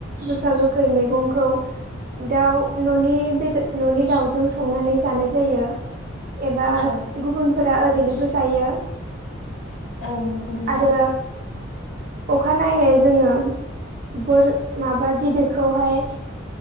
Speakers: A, on the right; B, on the left.
A: गोखा-गोखै मैगंखौ दाउ न'नि बेद न'नि दाउजों संनानै जानाय जायो एबा
B: औ
A: गुबुनफोरा ओरैनोबो जायो।
B: औ नोंगौ नोंथां।
A: आरो अखानायै जोङो बोर माबा गिदिरखौहाय।